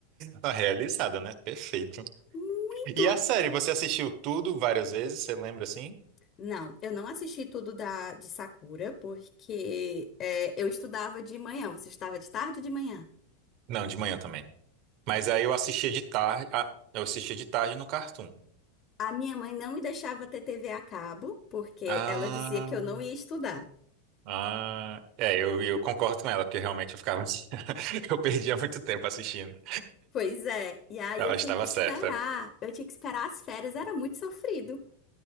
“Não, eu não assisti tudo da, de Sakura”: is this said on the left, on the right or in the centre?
Left